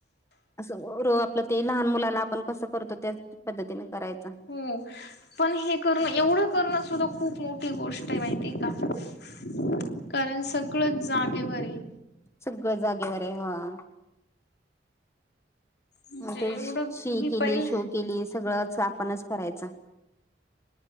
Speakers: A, on the left; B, on the left.
A: अस र आपलं ते लहान मुलाना आपण कसं करतो त्याच पद्धतीने करायच.
B: हो पण हे करून, एवढं करणं सुद्धा खूप मोठी गोष्ट आहे माहिती आहे का. कारण सगळंच जागेवर ये.
A: सगळ जागेवर आहे, हो हा.
B: म्हणजे
A: म ते
B: एवढं
A: शी
B: मी
A: केली,
B: पहिल
A: शू केली सगळंच आपणच करायचं.